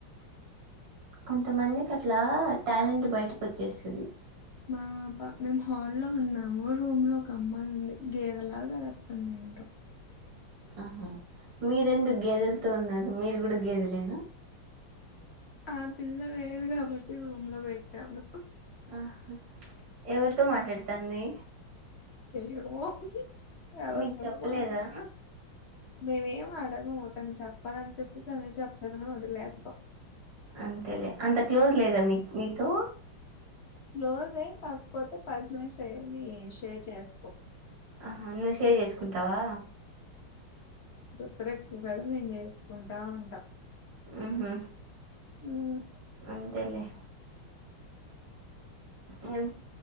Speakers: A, on the right; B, on the left.
A: కొంతమందికి అట్లా టాలెంట్ బయటకి వచ్చేస్తుంది
B: మాబా మేము హాల్లో ఉన్నాము రూమ్ లో ఒక అమ్మాయి ఉంది గేదెలాగే వేస్తుంది ఏంటో
A: ఆహా మీరెందుకు గేదెలతో ఉన్నారు మీరు కూడా గేదలేనా
B: ఆ పిల్ల లేదు కాబట్టి రూమ్ లో పెట్టాము
A: ఆహా ఎవరితో మాట్లాడతాడి
B: ఏమో ఎవరితోనో
A: మీకు చెప్పలేదా
B: మాట్లా మే ఏం అడగము తను చెప్పాలనిపిస్తే తను చెప్తేదాన్ని వదిలేస్తాం
A: అంతేలే అంత క్లోజ్ లేదా మీ మీతో
B: లోజ్ అయ కాకపోతే పజనెస్ అ మీ షేర్ చేసుకో
A: ఆహా మెసేజ్ చేసుకుంటావా
B: ఇదెక్కువ మేము చేసుకుంటా ఉంటాం
A: ఆహ్ హ
B: హ్మ్.
A: అంతేలే ఏం